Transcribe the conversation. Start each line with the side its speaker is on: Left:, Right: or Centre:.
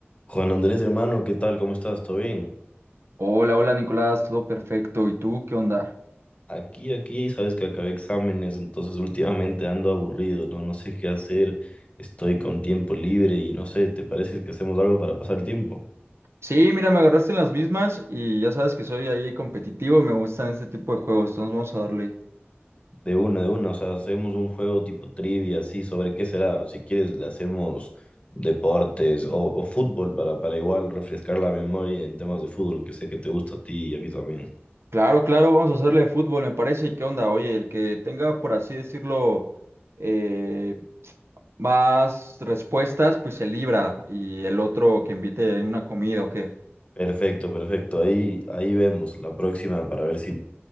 Left: Juan Andrés, hermano, ¿qué tal? ¿Cómo estás? ¿Todo bien?
Right: Hola, hola Nicolás, todo perfecto. ¿Y tú qué onda?
Left: Aquí, aquí, sabes que acabé exámenes, entonces últimamente ando aburrido, ¿no? No sé qué hacer, estoy con tiempo libre y no sé, ¿te parece que hacemos algo para pasar el tiempo?
Right: Sí, mira, me agarraste en las mismas y ya sabes que soy ahí competitivo y me gustan este tipo de juegos, entonces vamos a darle.
Left: De una, de una, o sea, hacemos un juego tipo trivia, así, sobre qué será. Si quieres, le hacemos deportes o, o fútbol para, para igual refrescar la memoria en temas de fútbol, que sé que te gusta a ti y a mí también.
Right: Claro, claro, vamos a hacerle de fútbol, me parece. ¿Y qué onda? Oye, el que tenga, por así decirlo, eh, más respuestas, pues se libra y el otro que invite ahí una comida o qué.
Left: Perfecto, perfecto, ahí, ahí vemos la próxima para ver si